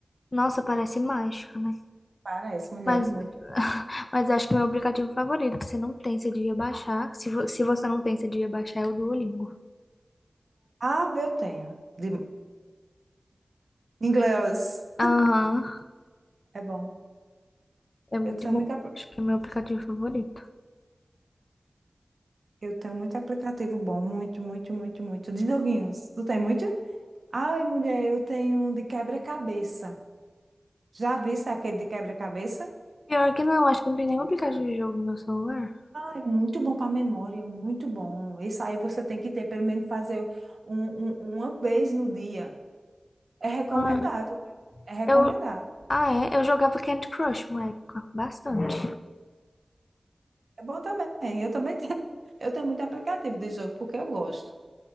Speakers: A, on the left; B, on the right.
A: Nossa, parece mágica, né?
B: Parece, mulher,
A: Mas,
B: é muito
A: <laughs>
B: bom.
A: mas acho que o meu aplicativo favorito, se não tem, você devia baixar. Se, vo- se você não tem, você devia baixar é o Duolingo.
B: Ah, eu tenho. De, inglês
A: Aham,
B: é bom.
A: é muito
B: Eu tenho
A: bom.
B: muito, apl-
A: Acho que é meu aplicativo favorito.
B: eu tenho muito aplicativo bom, muito, muito, muito, muito. De joguinhos. Tu tem muito? Ai, mulher, eu tenho um de quebra-cabeça. Já viste aquele de quebra-cabeça?
A: Pior que não, acho que não tem nenhum aplicativo de jogo no meu celular.
B: É muito bom para a memória, muito bom. Isso aí você tem que ter, pelo menos fazer um- um- uma vez no dia. É recomendado,
A: Ah,
B: viu? é recomendado.
A: eu, Ah, é? Eu jogava Candy Crush uma época, bastante.
B: É bom também. Eu também tenho, <laughs> eu tenho muito aplicativo de jogo porque eu gosto.